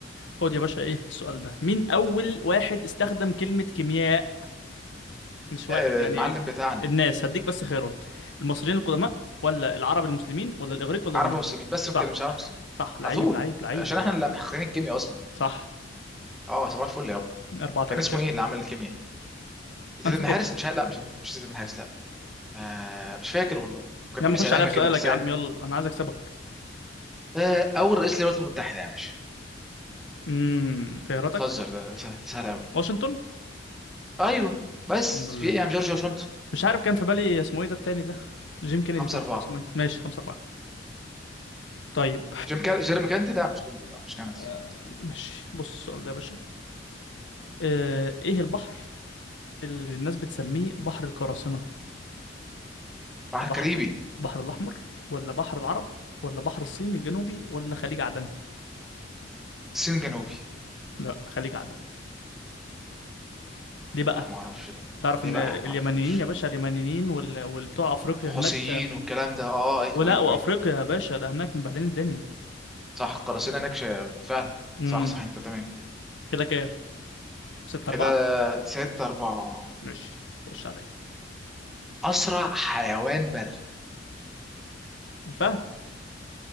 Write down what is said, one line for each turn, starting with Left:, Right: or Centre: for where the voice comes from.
Left: خد يا باشا ايه السؤال ده مين اول واحد استخدم كلمة كيمياء مش واحد
Centre: آه
Left: يعني
Centre: المعلم بتاعنا
Left: الناس هديك بس خيارات المصريين القدماء ولا العرب المسلمين ولا الاغريق ولا
Centre: عرب
Left: الرومان
Centre: ومسلمين بس
Left: صح
Centre: ما تكلمش عرب ومسلمين
Left: صح لعيب
Centre: على طول
Left: لعيب لعيب
Centre: عشان
Left: والله
Centre: احنا اللي محققين الكيمياء اصلا
Left: صح
Centre: اه صباح الفل يابا
Left: أربعة تلاتة
Centre: كان اسمه
Left: يلا
Centre: ايه اللي عمل الكيمياء زيد
Left: انا فاكر
Centre: بن حارس مش ه- لا مش مش زيد بن حارس لا آه مش فاكر والله كان
Left: يا
Centre: بيبي
Left: عم خش
Centre: سمامه
Left: عليا بسؤالك
Centre: كده بس
Left: يا
Centre: يعني
Left: عم يلا انا عايز اكسبك
Centre: آه اول رئيس للولايات المتحده يا باشا
Left: امم خياراتك
Centre: بتهزر ده سهل سهل قوي
Left: واشنطن
Centre: ايوه بس
Left: الحمد لله
Centre: في ايه يا عم جورج واشنطن
Left: مش عارف كان في بالي اسمه ايه ده التاني ده جيم كينيدي
Centre: خمسة
Left: ده ولا
Centre: أربعة
Left: اسمه ايه ماشي خمسة أربعة طيب
Centre: جيم كا... جيرمي كاندي لا مش كاندي لا مش كندي
Left: آه، ماشي بص السؤال ده يا باشا آه، ايه البحر اللي الناس بتسميه بحر القراصنة
Centre: بحر
Left: البحر
Centre: كاريبي
Left: البحر الأحمر ولا بحر العرب ولا بحر الصين الجنوبي ولا خليج عدن
Centre: الصين الجنوبي
Left: لا خليج عدن ليه بقى
Centre: لا ما اعرفش ده
Left: تعرف
Centre: ليه
Left: ان
Centre: بقى
Left: اليمنيين
Centre: ما اعرفش
Left: يا باشا اليمنيين وال... والبتوع افريقيا
Centre: حوثيين
Left: هناك
Centre: والكلام ده اه ايوه
Left: ولا
Centre: ايوه
Left: وافريقيا
Centre: ايوه
Left: يا باشا ده هناك مبهدلين الدنيا
Centre: صح القراصنة نكشة فعلا
Left: امم
Centre: صح صح انت تمام
Left: كده كده 6
Centre: كده
Left: 4
Centre: ستة أربعة
Left: ماشي خش عليا
Centre: أسرع حيوان بري
Left: الفهد